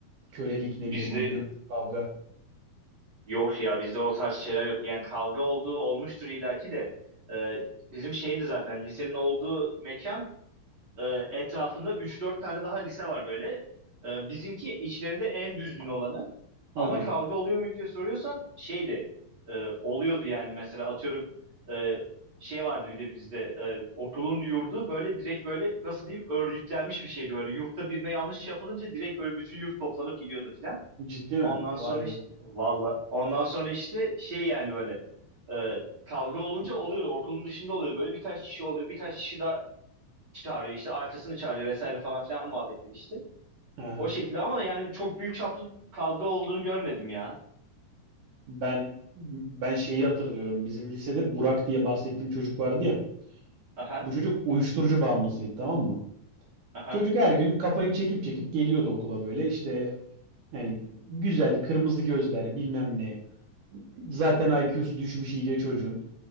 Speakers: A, on the right; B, on the right.
A: kölelik ne
B: Bizde
A: bileyim dövüş kavga.
B: yok ya bizde o tarz şeyler yok. Yani kavga olduğu olmuştur illaki de. Ee, bizim şeydi zaten lisenin olduğu mekan E, etrafında üç dört tane daha lise var böyle. E, bizimki içlerinde en düzgün olanı. Ama
A: Hadi ya.
B: kavga oluyor mu diye soruyorsan şeydi e, oluyordu yani mesela atıyorum e, şey vardı bir de bizde e, okulun yurdu böyle direkt böyle nasıl diyeyim örgütlenmiş bir şeydi böyle yurtta birine yanlış yapılınca direkt böyle bütün yurt toplanıp gidiyordu filan.
A: Ciddi
B: Ondan
A: mi? Vay
B: sonra işte
A: be.
B: valla ondan sonra işte şey yani böyle e, kavga olunca oluyordu okulun dışında oluyordu böyle birkaç kişi oluyor birkaç kişi daha çağırıyor işte artısını çağırıyor vesaire falan filan muhabbetleri işte.
A: Hı hı.
B: O şekilde ama yani çok büyük çaplı kavga olduğunu görmedim ya.
A: Ben ben şeyi hatırlıyorum. Bizim lisede Burak diye bahsettiğim çocuk vardı ya.
B: Aha,
A: Bu çocuk uyuşturucu bağımlısıydı tamam mı?
B: aha,
A: Çocuk her gün kafayı çekip çekip geliyordu okula böyle işte yani güzel kırmızı gözler bilmem ne. Zaten IQ'su düşmüş iyice çocuğun.